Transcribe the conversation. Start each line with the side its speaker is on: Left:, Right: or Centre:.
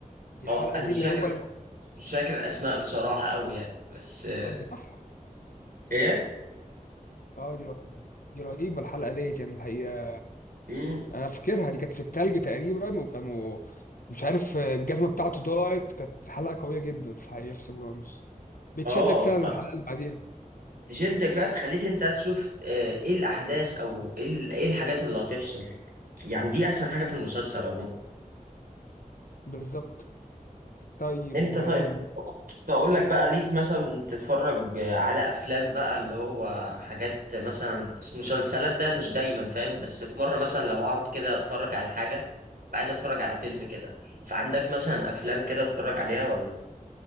Left: دي
Right: اه
Left: الحلقه
Right: انا
Left: دي
Right: مش
Left: اللي
Right: فاكر
Left: هو لما
Right: مش فاكر اسماء بصراحه قوي يعني بس آه،
Left: كان في صح
Right: ايه
Left: اه دي رهيبه دي رهيبه الحلقه ديت يعني الحقيقه
Right: مم.
Left: انا فاكرها دي كانت في التلج تقريبا وكانوا مش عارف الجزمه بتاعته ضاعت كانت حلقه قويه جدا في الحقيقه في سيبرانوس بتشدك
Right: اه
Left: فعلا الحلقه اللي بعديها
Right: فجدك بقى تخليك انت تشوف آه، ايه الاحداث او ايه ال- إيه الحاجات اللي هتحصل يعني دي احسن حاجه في المسلسل عموما
Left: بالظبط طيب
Right: انت طيب
Left: آم،
Right: كنت اقول لك بقى ليك مثلا تتفرج على افلام بقى اللي هو حاجات مثلا مسلسلات ده مش دايما فاهم بس في مره مثلا لو هقعد كده اتفرج على حاجه عايز اتفرج على فيلم كده فعندك مثلا افلام كده اتفرج عليها ولا